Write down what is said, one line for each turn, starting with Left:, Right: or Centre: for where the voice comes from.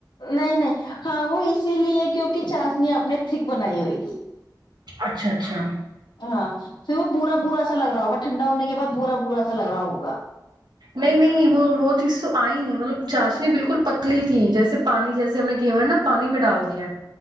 Left: نہیں نہیں ہاں وہ اسی لیے کیکہ کہ چاس نہیں اپنے ٹھیک بنائی ہوئے گی
Right: اچھا اچھا
Left: ہاں پھر وہ برا برا ایسا لگ رہا ہوگا ٹھنڈا ہونے کے بعد برا برا ایسا لگ رہا ہوگا
Right: نہیں نہیں وہ وہ چیز تو آئی نہیں مطلب چاشنی بالکل پتلی تھی جیسے پانی جیسے ہم نے گور ہے نا پانی میں ڈال دیا ہے